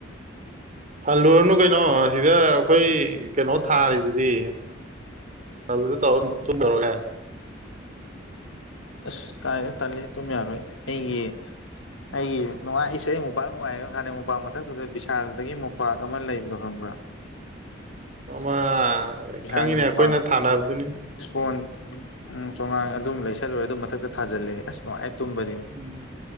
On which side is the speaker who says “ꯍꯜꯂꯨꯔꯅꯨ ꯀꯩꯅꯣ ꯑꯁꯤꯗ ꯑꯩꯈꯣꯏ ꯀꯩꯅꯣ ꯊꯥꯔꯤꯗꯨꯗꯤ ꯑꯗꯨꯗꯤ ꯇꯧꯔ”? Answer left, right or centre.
Right